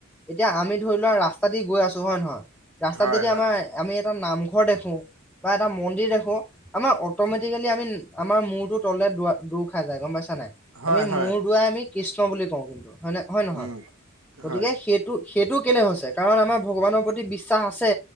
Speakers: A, in the centre; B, on the right.
A: এতিয়া আমি ধৰি লোৱা ৰাস্তা দি গৈ আছো হয় নহয়, ৰাস্তাত
B: হয়
A: যদি
B: হয়
A: আমাৰ আমি এটা নামঘৰ দেখো। বা এটা মন্দিৰ দেখো আমাৰ অটমেটিকেলি আমি আমাৰ মূৰটো তলে দৰ খাই যায়, গম পাইছো। ন,
B: হয়
A: আমি
B: হয়
A: মোৰ দুৱাই আমি কৃষ্ণ বুলি কওঁ। কিন্তু হয় ন, হয়, নহয়,
B: উম
A: গতিকে
B: হয়
A: সেইটো সেইটো কেলে হৈছে কাৰণ আমাৰ ভগৱানৰ প্ৰতি বিশ্বাস আছে।